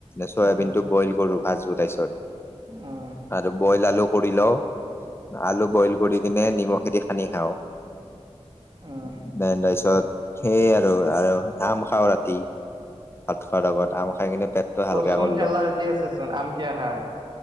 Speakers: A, on the left; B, on the right.
A: চয়াবিন
B: উম
A: টো বইল কৰো ভাত জো তাইছত
B: উম
A: আৰু বইল আলু কৰি লও আলু বইল কৰি কিনে নিমখ খেদি সানি খাওঁ
B: উম
A: তাৰপিছত সেই আৰু আৰু আম খাও ৰাতি ভাত খোৱাৰ আগত আম খাই কিনে পেটটো হালকা
B: উ অচোন
A: কৰিলো
B: এলাৰ্জি আছে চোন আম কি আহা